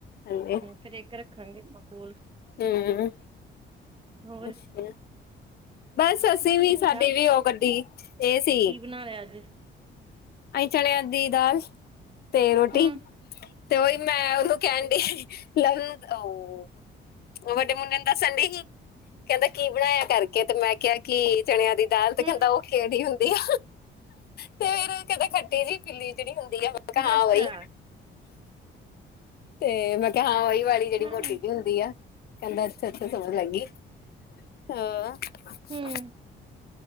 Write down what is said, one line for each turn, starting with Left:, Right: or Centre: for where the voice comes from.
Left: ਹਾਂਜੀ।
Right: ਫਿਰ ਇੱਕ ਰੱਖਾਂਗੇ ਆਪਾਂ ਕੋੋਲ।
Left: ਹੂੰ,
Right: ਹੋਰ
Left: ਅੱਛਾ। ਬਸ, ਅਸੀਂ
Right: ਠੀਕ
Left: ਵੀ ਸਾਡੀ ਵੀ ਉ ਗੱਡੀ ਏ ਸੀ।
Right: ਨਾ ਅੱਜ।
Left: ਅਈ ਚਣਿਆਂ ਦੀ ਦਾਲ, ਤੇ ਰੋਟੀ।
Right: ਹਮ
Left: ਤੇ ਉਹੀ ਮੈਂ ਉਹਨੂੰ ਕੇਣ ਡੀ, ਲਵਨੋਤ ਓਂ ਓ ਵੱਡੇ ਮੁੰਡੇ ਨੂੰ ਦੱਸਣ ਡਿਹੀ, ਕਹਿੰਦਾ ਕੀ ਬਣਾਇਆ ਕਰਕੇ ਤੇ ਮੈਂ ਕਿਹਾ ਕੀ ਚਣਿਆਂ ਦੀ ਦਾਲ ਤੇ
Right: ਹਮ
Left: ਕਹਿੰਦਾ ਉਹ ਖੇੜੀ ਹੁੰਦੀ ਆ, ਤੇਰੇ ਕਦੇ ਖੱਟੀ ਜਿਹੀ ਪਿੱਲੀ ਜਿਹੜੀ ਹੁੰਦੀ ਆ। ਮੈਂ ਕਿਹਾ
Right: ਅੱਛਾ
Left: ਹਾਂ ਵਈ, ਤੇ ਮੈਂ ਕਿਹਾ ਹਾਂ ਵਈ <unintelligible> ਦੀਵਾਲ਼ੀ ਜਿਹੜੀ
Right: ਹਾਂ
Left: ਮੋਟੀ
Right: ਹਮ
Left: ਜੀ ਹੁੰਦੀ ਆ, ਕਹਿੰਦਾ ਅੱਛਾ ਅੱਛਾ ਸਮਝ ਲੱਗ ਗਈ। ਹਾ
Right: ਹਮ